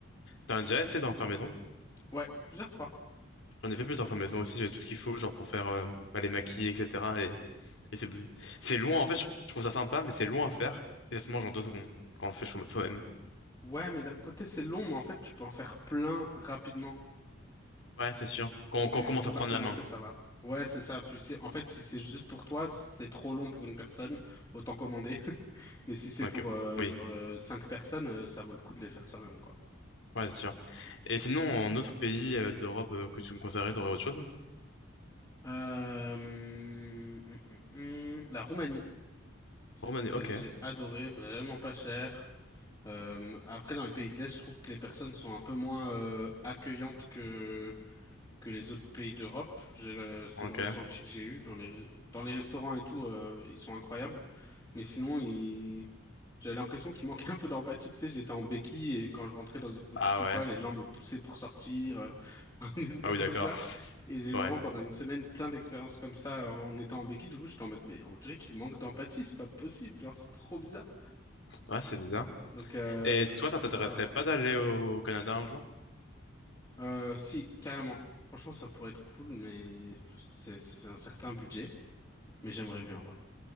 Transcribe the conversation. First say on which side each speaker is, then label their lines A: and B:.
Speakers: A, on the left; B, on the left.
A: T'en as déjà fait d'en faire maison?
B: Ouais, plusieurs fois.
A: J'en ai fait plus d'en faire maison aussi, j'ai tout ce qu'il faut, genre pour faire euh, bah, les maquis, etc. Et, et c'est c'est loin, en fait, je je trouve ça sympa, mais c'est loin à faire. Et ça se mange en deux secondes quand on le fait soi- soi-même.
B: Ouais, mais d'un côté, c'est long, mais en fait, tu peux en faire plein rapidement.
A: Ouais, c'est sûr. Quand,
B: Donc,
A: quand on
B: euh,
A: commence
B: une
A: à
B: fois
A: prendre
B: que t'es
A: la
B: lancé,
A: main.
B: ça va. Ouais, c'est ça. Puis, c'est- en fait, si c'est juste pour toi, c'est trop long pour une personne, autant commander. <laughs> Mais si c'est
A: Donc,
B: pour
A: euh,
B: euh,
A: oui.
B: genre, euh, cinq personnes, euh, ça vaut le coup de les faire soi-même, quoi.
A: Ouais, c'est sûr. Et sinon, en autre pays euh, d'Europe euh, que tu me conseillerais, t'aurais autre chose?
B: Euh, hum, hum, hum, hum. la Roumanie, C'est-
A: Roumanie, ok.
B: j'ai adoré, vraiment pas cher. Euh, après, dans les pays de l'Est, je trouve que les personnes sont un peu moins euh, accueillantes que que les autres pays d'Europe. J'ai le- c'est
A: Ok.
B: le ressenti que j'ai eu dans les dans les restaurants et tout, euh, ils sont incroyables. Mais sinon, il... j'avais l'impression qu'il manquait un peu d'empathie. Tu sais, j'étais en béquille et quand je rentrais dans une boutique
A: Ah
B: ou
A: ouais.
B: quoi, les gens me poussaient pour sortir, euh, <laughs> enfin, des trucs
A: Ah oui,
B: comme
A: d'accord.
B: ça.
A: <laughs>
B: Et j'ai eu
A: Ouais.
B: vraiment pendant une semaine plein d'expériences comme ça en étant en béquille. Du coup, j'étais en mode, mais on dirait qu'il manque d'empathie, c'est pas possible, genre, c'est trop bizarre.
A: Ouais, c'est bizarre.
B: Donc, euh,
A: Et toi,
B: à part
A: ça t'intéresserait
B: ça,
A: pas d'aller au Canada un jour?
B: euh, euh, si, carrément. Franchement, ça pourrait être cool, mais c'est c'est un certain budget. Mais j'aimerais bien, en vrai.